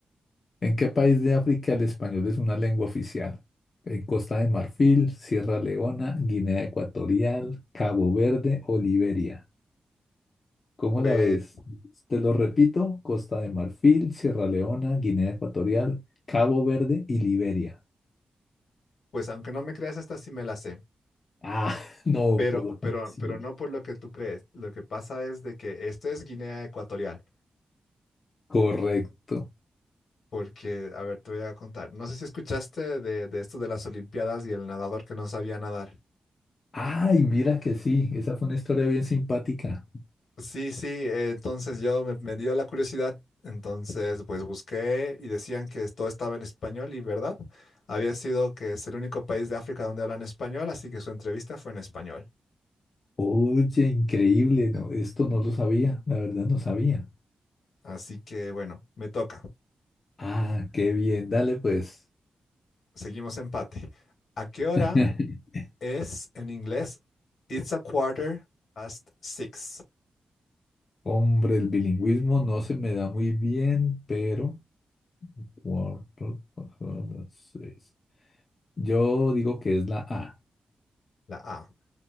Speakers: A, on the left; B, on the left.
A: ¿En qué país de África el español es una lengua oficial? En Costa de Marfil, Sierra Leona, Guinea Ecuatorial, Cabo Verde o Liberia. ¿Cómo
B: Pues,
A: la ves? Te lo repito, Costa de Marfil, Sierra Leona, Guinea Ecuatorial, Cabo Verde y Liberia.
B: pues aunque no me creas, esta sí me la sé.
A: Ah, <laughs> no,
B: Pero,
A: por...
B: pero,
A: sí,
B: pero no por lo que tú crees. Lo que pasa es de que esto es Guinea Ecuatorial.
A: correcto.
B: Porque, a ver, te voy a contar. No sé si escuchaste de, de esto de las Olimpiadas y el nadador que no sabía nadar.
A: Ay, mira que sí, esa fue una historia bien simpática.
B: Sí, sí, eh, entonces yo me, me dio la curiosidad, entonces pues busqué y decían que todo estaba en español y verdad, había sido que es el único país de África donde hablan español, así que su entrevista fue en español.
A: Oye, increíble, no, esto no lo sabía, la verdad no sabía.
B: Así que bueno, me toca.
A: Ah, qué bien, dale pues.
B: Seguimos empate. ¿A qué hora
A: <laughs>
B: es en inglés? It's a quarter past six,
A: Hombre, el bilingüismo no se me da muy bien, pero... cuatro, cuatro, seis. Yo digo que es la A.
B: la A.